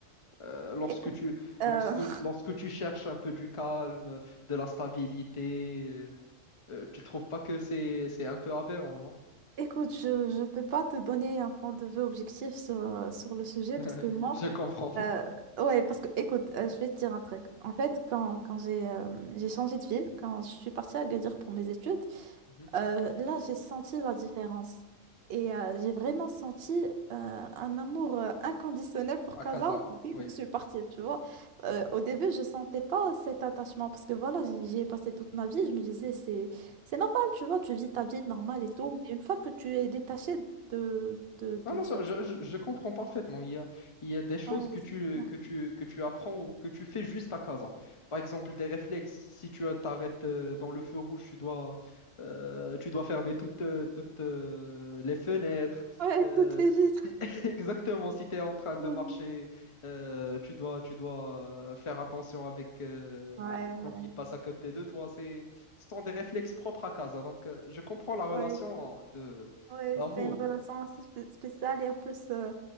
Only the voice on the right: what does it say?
écoute,
euh,
<laughs>
Écoute, je ne peux pas te donner un point de vue objectif sur, euh, sur le sujet parce
que moi,
euh, ouais, parce que écoute, euh, je vais te dire un truc. En fait, quand, quand j'ai euh, j'ai changé de ville, quand je suis partie à Agadir pour mes études,
euh, là, j'ai senti la différence. Et euh, j'ai vraiment senti euh, un amour euh, inconditionnel pour
Casa
dès
que je suis partie, tu vois. Euh, au début, je sentais pas cet attachement parce que voilà, j'y j'y ai passé toute ma vie. Je me disais, c'est, c'est normal, tu vois, tu vis ta vie normale et tout. Mais une fois que tu es détaché de, de,
de
cette...
Ouais, exactement.
Ouais,
toutes les vies.
<laughs>
Ouais,
ouais.
Ouais,
ouais,
c'est une relation assez spé- spéciale et en plus... euh,